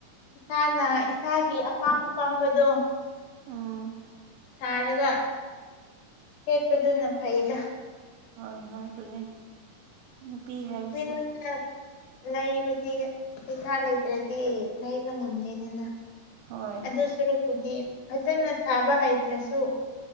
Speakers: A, on the left (about 85°); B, on the right (about 80°).
A: ꯏꯁꯥꯅ ꯏꯁꯥꯒꯤ ꯑꯄꯥꯝ ꯑꯄꯥꯝꯕꯗꯣ
B: ꯑꯥ
A: ꯁꯥꯔꯒ ꯁꯦꯠꯄꯗꯨꯅ ꯐꯩꯗ
B: ꯍꯣꯏ ꯍꯣꯏ ꯑꯗꯨꯅꯦ ꯅꯨꯄꯤ ꯍꯥꯏꯕꯁꯦ
A: ꯃꯤꯉꯣꯟꯗ ꯂꯩꯕꯗꯤ ꯄꯩꯁꯥ ꯂꯩꯇ꯭ꯔꯗꯤ ꯂꯩꯕ ꯉꯝꯗꯦꯗꯅ
B: ꯍꯣꯏ
A: ꯑꯗꯨꯁꯨ ꯍꯥꯏꯗꯤ ꯐꯖꯅ ꯁꯥꯕ ꯍꯩꯇ꯭ꯔꯁꯨ